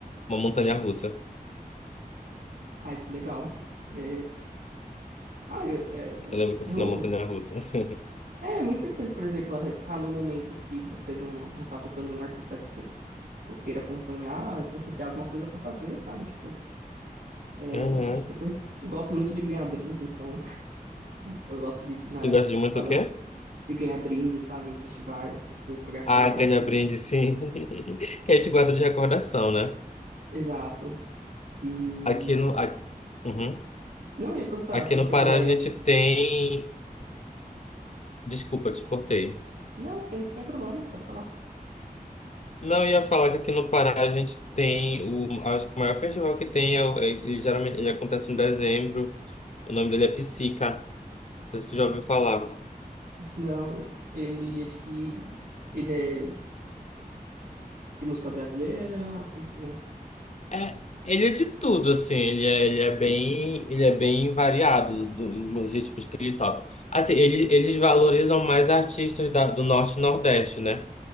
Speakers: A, on the left; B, on the right.
A: Uma montanha-russa.
B: Ai, que legal. É... Ah, eu- é...
A: Eu lembro que eu
B: eu-
A: fui na montanha-russa. <laughs>
B: é muito interessante, por exemplo, você tá num momento que você não, não tá tocando um artista que você tipo, queira acompanhar e pra você ter alguma coisa pra fazer, sabe? Tipo, é...
A: Uhum.
B: acho super... Eu gosto muito de ganhar brinde, então <laughs> eu gosto de na-
A: Tu gosta
B: participar
A: de muito o
B: das...
A: quê?
B: de ganhar brinde, sabe? Em festivais, depois pegar caneca.
A: Ah, ganha brinde,
B: essas-
A: sim. <laughs> Que a gente guarda de recordação, né?
B: Exato. E...
A: Aqui no... a- Uhum.
B: Não, eu ia perguntar,
A: Aqui
B: você
A: no
B: chegou
A: Pará
B: aí...
A: a gente tem Desculpa, te cortei.
B: Não, sem, sem problema, pode falar.
A: Não, eu ia falar que aqui no Pará a gente tem o, acho que o maior festival que tem, é, o- é- ele geralmente ele acontece em dezembro. O nome dele é Psica. Não sei se você já ouviu falar.
B: Não, ele é de que. Ele é de música brasileira? Como que é?
A: É, ele é de tudo, assim, ele é, ele é bem, ele é bem variado do- dos ritmos que ele toca. Assim, ele, eles valorizam mais artistas da- do norte e nordeste, né?